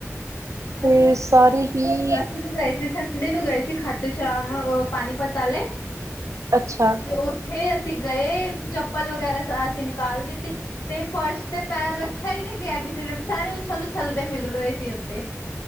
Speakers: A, on the right; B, on the left.
A: ਤੇ
B: ਅੇਸ
A: ਸਾਰੇ ਹੀ
B: ਅਸੀਂ ਵੀ ਗਏ ਸੀ ਸੰਡੇ ਨੂੰ ਗਏ ਸੀ ਖਾਟੂ ਸ਼ਾਮ ਪਾਣੀਪਤ ਆਲੇ।
A: ਅੱਛਾ
B: ਤੇ ਉੱਥੇ ਅਸੀ ਗਏ ਚੱਪਲ ਵਗੈਰਾ ਅਸ ਅਸੀਂ ਨੀਕਾਲ ਦਿੱਤੀ। ਤੇ ਫਰਸ਼ ਤੇ ਪੈਰ ਰੱਖਿਆਂ ਈ ਨੀ ਗਿਆ ਕਿਸੇ ਸਾਰੇ ਉਛਲ ਉਛਲਦੇ ਫ਼ਿਰ ਰਹੇ ਸੀ ਉੱਥੇ।